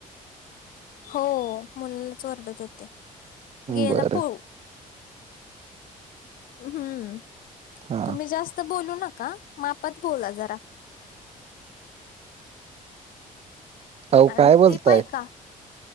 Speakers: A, on the left; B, on the right.
A: हो मुलालाच ओरडत होते गेला
B: बरं
A: पळू हम्म
B: हा
A: तुम्ही जास्त बोलू नका मापात बोला जरा
B: अह
A: आणि
B: काय बोलताय
A: टिप ऐका,